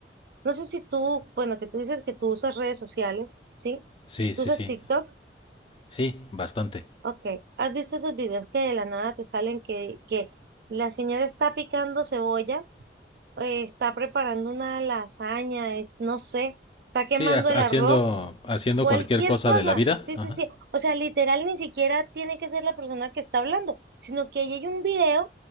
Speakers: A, on the right (about 60°); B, on the left (about 30°).
A: No sé si tú, bueno, que tú dices que tú usas redes sociales, ¿sí?
B: Sí, sí,
A: ¿Tú usas
B: sí.
A: TikTok?
B: Sí, bastante.
A: Ok, ¿has visto esos videos que de la nada te salen que, que la señora está picando cebolla, eh, está preparando una lasaña, eh, no sé, está quemando
B: Sí, ha- haciendo,
A: el arroz,
B: haciendo
A: cualquier
B: cualquier cosa
A: cosa?
B: de la vida.
A: Sí,
B: Ajá.
A: sí, sí. O sea, literal ni siquiera tiene que ser la persona que está hablando, sino que ahí hay un video